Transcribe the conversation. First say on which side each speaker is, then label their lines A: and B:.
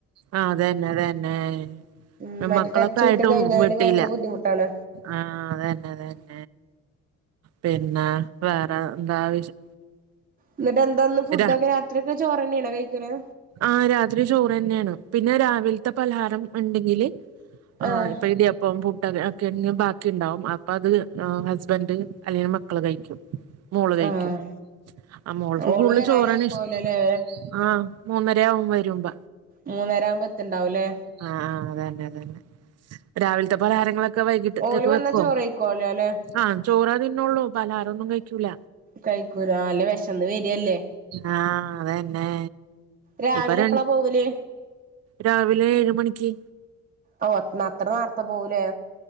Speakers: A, on the right; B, on the right.
A: ആ അതന്നെ അതന്നെ
B: ഉം മറ്റേ
A: മക്കളൊക്കെ
B: ടച്ച് വിട്ട്
A: ആയിട്ടും
B: കഴിഞ്ഞാല്
A: വിട്ടീല
B: ഭയങ്കര ബുദ്ധിമുട്ടാണ്
A: ആ അതന്നെ അതന്നെ പിന്നെ വേറെന്താ വിശേ
B: എന്നിട്ട് എന്താന്ന് ഫുഡ്
A: രാ
B: ഒക്കെ രാത്രി ഒക്കെ ചോറന്നേണോ കയിക്കണ്
A: ആ രാത്രി ചോറന്നേണ് പിന്നെ രാവിലത്തെ പലഹാരം ഇണ്ടെങ്കില് ആ
B: ആഹ്
A: ഇപ്പൊ ഇടി ഇപ്പം പുട്ട് ഒക്കെ ബാക്കി ഇണ്ടാവും അപ്പ അത് ഹസ്ബന്റ് അല്ലെങ്കിൽ മക്കള് കയിക്കും മോള് കയ്ക്കും
B: ആഹ്
A: ആ മോൾക്ക്
B: ഓള്
A: കൂടുതല്
B: വരാനായിക്കോലല്ലേ
A: ചോറാണ് ഇഷ്ടം ആ മൂന്നര ആകും വരുമ്പ
B: മൂന്നര ആവുമ്പ എത്തിണ്ടാവുല്ലേ
A: ആ ആ അതന്നെ അതന്നെ രാവിലത്തെ പലഹാരങ്ങളൊക്കെ വൈകിട്ടത്തേക്ക്
B: ഓല് വന്നാ
A: വെക്കോ
B: ചോറ് കഴിക്കോലോ ല്ലേ
A: ആ ചോറാ തിന്നൊള്ളോ പലഹാരൊന്നും കയിക്കൂല
B: കയിക്കൂല അല്ല വെഷന്ന് വരല്ലേ
A: ആ അതന്നെ
B: രാവിലെ
A: ഇപ്പൊ ര
B: എപ്പളാ പോവല്
A: രാവിലെ ഏഴ് മണിക്ക്
B: ഓ അത്ര നേർത്ത പോവൂലേ